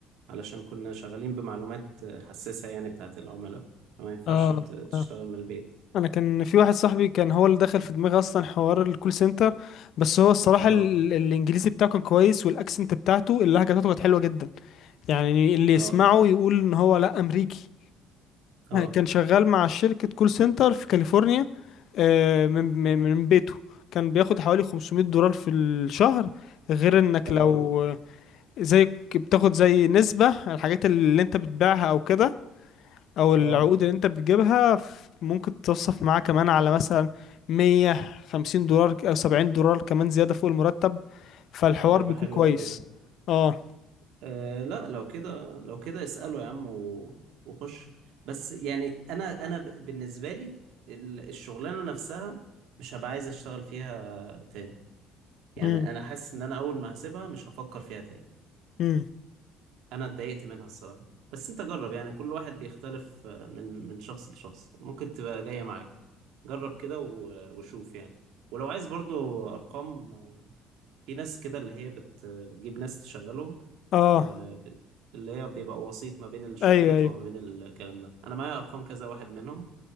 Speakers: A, on the right; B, on the left.
A: علشان كنا شغالين بمعلومات آه، حساسة يعني بتاعت العملاء فما ينفعش
B: اه
A: ت- تشتغل
B: آه.
A: من البيت
B: انا كان في واحد صاحبي كان هو اللي دخل في دماغي اصلا حوار الكول سنتر بس هو الصراحه
A: اه
B: ال... الانجليزي بتاعه كان كويس والاكسنت بتاعته اللهجه بتاعته كانت حلوه جدا يعني اللي يسمعه
A: اه
B: يقول ان هو لا امريكي
A: اه
B: كان شغال مع شركة كول سنتر في كاليفورنيا آه، من من من بيته كان بياخد حوالي 500 دولار في الشهر غير انك
A: حلو
B: لو
A: أوي
B: آه، زي بتاخد زي نسبة على الحاجات اللي انت بتبيعها او كده او العقود
A: اه
B: اللي انت بتجيبها ف- ممكن تتصف معاه كمان على مثلا 150 دولار او 70 دولار كمان زيادة فوق المرتب فالحوار
A: طيب
B: بيكون
A: حلو
B: كويس
A: أوي ده
B: اه
A: آه لا لو كده لو كده اسأله يا عم و... وخش بس يعني أنا أنا ب... بالنسبة لي ال- الشغلانة نفسها مش هبقى عايز أشتغل فيها تاني يعني
B: امم
A: أنا حاسس إن أنا أول ما هسيبها مش هفكر فيها تاني
B: امم
A: أنا اتضايقت منها الصراحة بس أنت جرب يعني كل واحد بيختلف آه، من من شخص لشخص ممكن تبقى جاية معاك جرب كده و... وشوف يعني ولو عايز برضو أرقام آه، في ناس كده اللي هي بت... بتجيب ناس تشغلهم
B: اه
A: آه، ب- اللي هي بيبقى وسيط ما بين الشركات
B: ايوه ايوه
A: وما بين الكلام ده انا معايا ارقام كذا واحد منهم